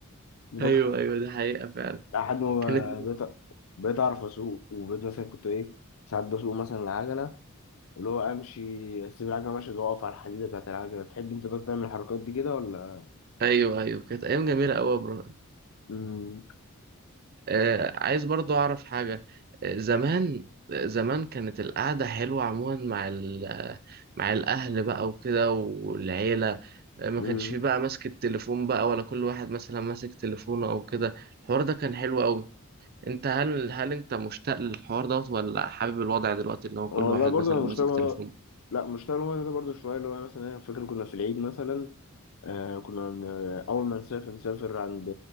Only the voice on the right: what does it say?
ايوه ايوه دي حقيقة فعلا
كانت
ايوه ايوه كانت ايام جميلة قوي يا ابراهيم
آه عايز برضو اعرف حاجة آه زمان آه، زمان كانت القعدة حلوة عموما مع ال- مع الاهل بقى وكده والعيلة آه، ما
كانش فيه بقى ماسك التليفون بقى ولا كل واحد مثلا ماسك تليفونه او كده الحوار ده كان حلو قوي انت هل هل انت مشتاق للحوار دوت ولا حابب الوضع دلوقتي اللي هو كل
واحد
مثلا
ماسك
تليفونه